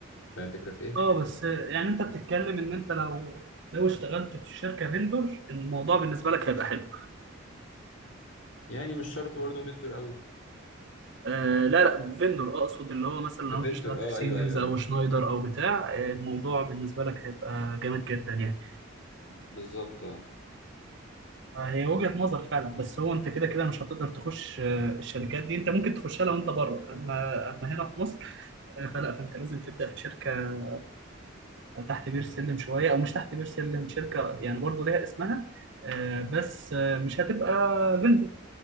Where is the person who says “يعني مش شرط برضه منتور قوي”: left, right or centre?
Left